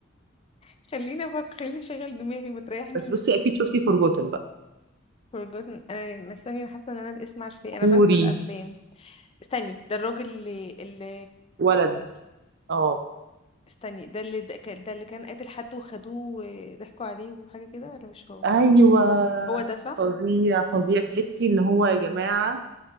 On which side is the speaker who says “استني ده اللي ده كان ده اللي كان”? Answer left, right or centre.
Left